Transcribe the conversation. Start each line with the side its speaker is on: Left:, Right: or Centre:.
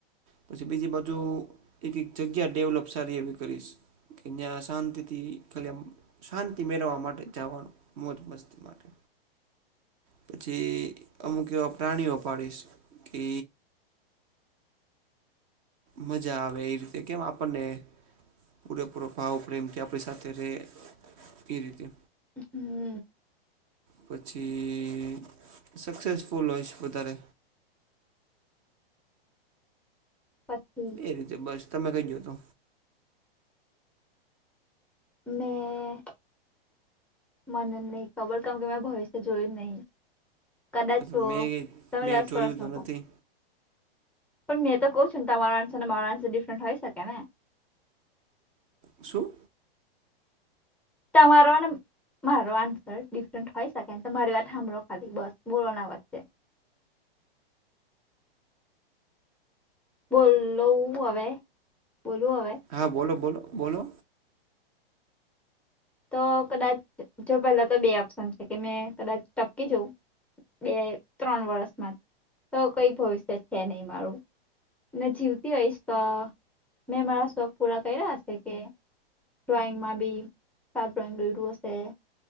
Right: પછી બીજી બાજુ એક એક જગ્યા ડેવલપ સારી એવી કરીશ. અન્યા શાંતિથી ખલી આમ શાંતિ મેળવામ માટે જવાનું મોજ મસ્તી માટે. પછી અમુક એવા પ્રાણીઓ પાડીશ કિ મજા આવે એ રીતે કેમ આપણને. પૂરેપૂરો ભાવ પ્રેમ કે આપણી સાથે રહે એ રીતે.
Centre: હમ. <unintelligible>
Right: પછી સક્સેસફુલ હોય છે વધારે.
Centre: પછી.
Right: એ રીતે બસ તમે કઈ ગયો તો.
Centre: મેં. મને નહી ખબર કેમ કે મેં ભવિષ્ય જોયું જ નહી. કદાચ
Right: તો
Centre: જુઓ
Right: મેં
Centre: તને
Right: મેં
Centre: અસપળસ
Right: જોયું તો
Centre: મકો
Right: નથી
Centre: <unintelligible> પણ મેં તો કઉ છુ ને તમારા આન્સર મારા આન્સર ડિફરન્ટ હોય શકે ને!
Right: શું?
Centre: તમારો ને મારો આન્સર ડિફરન્ટ હોય શકે ને, તો મારી વાત હાભળો ખાલી બસ બોલો ના વચ્ચે. બોલો હવે બોલુ હવે?
Right: હા બોલો બોલો બોલો.
Centre: તો કદાચ જો પહેલા તો બે ઓપ્શન છે કે મેં કદાચ ટપકી જવું. બે ત્રણ વર્ષમાં તો કઈ ભવિષ્ય છે નહી મારું. ને જીવતી હોયશ તો મેં મારા શોખ પૂરા કર્યા છે કે. ડ્રોઈંગ માં બી. સ ડ્રોઈંગ લડ્યું હશે